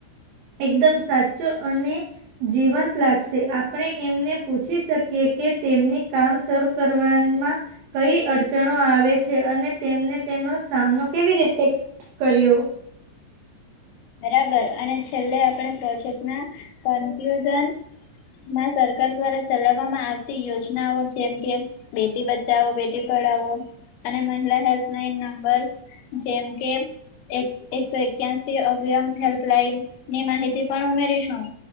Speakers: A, on the right (about 75°); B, on the left (about 75°).
A: એકદમ સાચો અને જીવંત લાગશે આપણે એમને પૂછી શકીએ કે તેમને કામ શરૂ કરવાનમાં કઈ અડચણો આવે છે અને તેમને તેનો સામનો કેવી રીતે કર્યો?
B: બરાબર અને છેલ્લે આપણે પ્રોજેક્ટ ના કન્ક્લુઝન માં સરકાર દ્વારા ચલાવવામાં આવતી યોજનાઓ જેમ કે બેટી બચાવો, બેટી પઢાઓ અને મહિલા હેલ્પલાઇન નંબર જેમ કે એક એકસો એક્યાસી અભિયમ હેલ્પલાઈનની માહિતી પણ ઉમેરીશું.